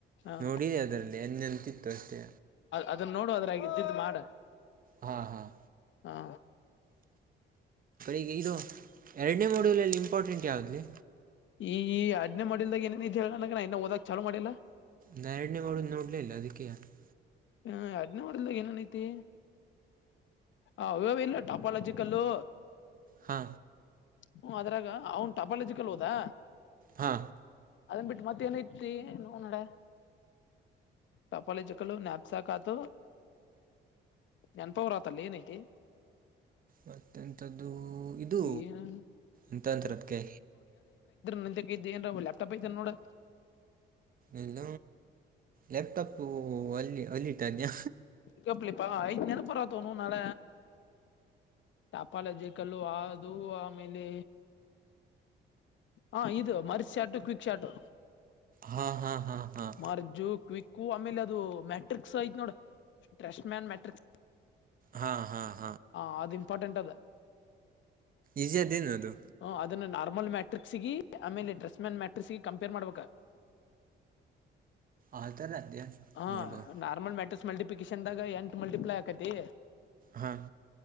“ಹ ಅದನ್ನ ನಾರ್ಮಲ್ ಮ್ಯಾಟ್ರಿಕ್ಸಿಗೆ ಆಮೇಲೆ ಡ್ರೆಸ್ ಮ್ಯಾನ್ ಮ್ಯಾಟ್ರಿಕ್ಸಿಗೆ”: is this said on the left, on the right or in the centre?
Left